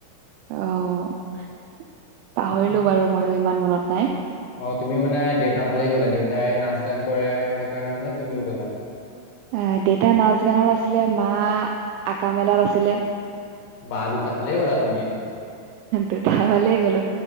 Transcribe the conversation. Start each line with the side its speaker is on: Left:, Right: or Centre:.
Right: অ' পাহৰিলো
Left: সেইটো
Right: বাৰু মইয়ো ইমান মনত নাই।
Left: অ তুমিও মানে দেউতাৰ ফালেই গ'লা, দেউতাই নাচ গান কৰে আৰু সেইকাৰণে মানে তুমিও গ'লা।
Right: আহ, দেউতা নাচ গানত আছিলে মা আকা মেলাত আছিলে।
Left: বাহ দুটা ফালেই গলা তুমি।
Right: দুটা ফালেই গ'লো